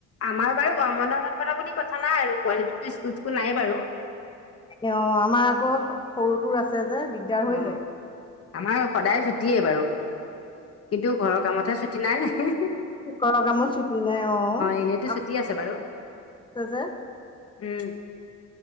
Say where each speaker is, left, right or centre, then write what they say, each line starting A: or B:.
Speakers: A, on the left; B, on the left.
A: আমাৰ বাৰু গনামনা বুলি কথা নাই আৰু পোৱালিটো স্কুল স্কুল নাই বাৰু।
B: অ আমাৰ আকৌ সৰুটোৰ আছে যে দিগদাৰ
A: অ
B: হৈ যায়।
A: আমাৰ সদায় ছুটি বাৰু কিন্তু ঘৰৰ কামতহে ছুটি নাই।
B: কৰ কামো ছুটি নাই অ
A: এনেইতো
B: আ
A: ছুটি আছে বাৰু
B: যে।
A: উম।